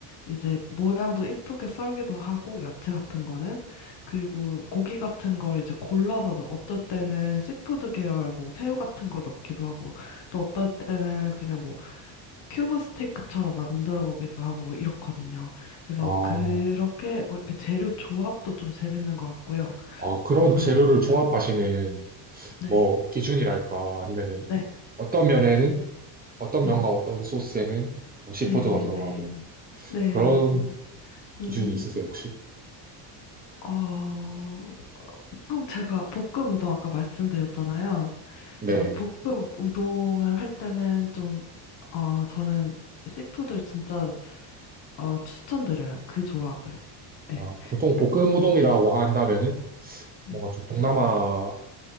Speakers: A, on the left; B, on the right.
A: 이제 모양도 이쁘게 썰기도 하고 야채 같은 거는 그리고 고기 같은 거를 이제 골라서 넣- 어떨 때는 시푸드 계열 뭐 새우 같은 거 넣기도 하고 또 어떨 때는 그냥 뭐 큐브 스테이크처럼 만들어 보기도 하고 뭐 이렇거든요. 그래서
B: 아,
A: 그렇게 뭐 이렇게 재료 조합도 좀 재밌는 것 같고요.
B: 아, 그런
A: 음, 그렇습니다.
B: 재료를 조합하시는
A: 네,
B: 뭐 기준이랄까 아니면은
A: 네,
B: 어떤 면에는 어떤
A: 네,
B: 면과 어떤 소스에는 뭐 시푸드가
A: 네, 네,
B: 들어가고
A: 네, 네.
B: 그런
A: 음,
B: 기준이 있으세요, 혹시?
A: 어, 보통 제가 볶음 우동 아까 말씀드렸잖아요.
B: 네.
A: 그래서 볶음 우동을 할 때는 좀, 어, 저는 씨푸드 진짜 어, 추천드려요. 그 조합을. 네.
B: 아, 보통 볶음 우동이라고 한다면은
A: 음,
B: 뭔가 좀 동남아